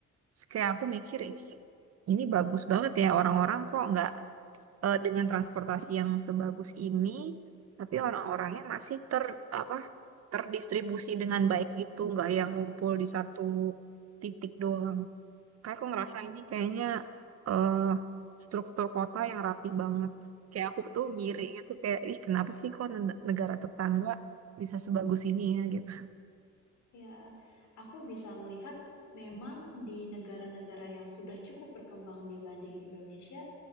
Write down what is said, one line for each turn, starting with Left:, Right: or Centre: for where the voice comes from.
Right: Terus kayak aku mikir
Left: Oh,
Right: "Ih, ini bagus banget ya orang-orang kok nggak eh, dengan transportasi yang sebagus ini, tapi orang-orangnya masih ter apa terdistribusi dengan baik gitu, nggak yang ngumpul di satu titik doang. Kayak aku
Left: iya,
Right: ngerasa ini kayaknya eh struktur kota yang rapi banget. Kayak aku tuh ngiri
Left: iya.
Right: gitu kayak, ih kenapa sih kok ne- negara tetangga bisa sebagus ini ya gitu.
Left: Ya, aku bisa melihat memang di negara-negara yang sudah cukup berkembang dibanding Indonesia,